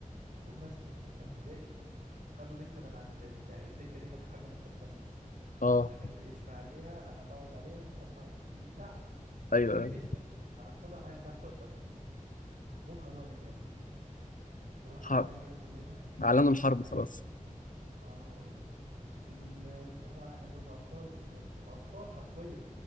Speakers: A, on the right (about 75°); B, on the left (about 70°).
A: فجم ناس من سته ابتدائي خدوا دكه من عندنا يعني الدكه دي كانت حاجه مقدسه
B: آه
A: انا كاتب اسمي عليها انا بقعد عليها انت ما... دي دي بتاعتي
B: أيوه
A: دي
B: أيوه
A: باسمي أنت. انا خدها معايا خمسه وسته جم خدوها مننا رحنا
B: حرب
A: بقى كده كلنا
B: إعلان الحرب
A: عليهم
B: خلاص
A: اه ال... البتاع بقى احنا كنا اطفال وش... كنا اطفال حرفيا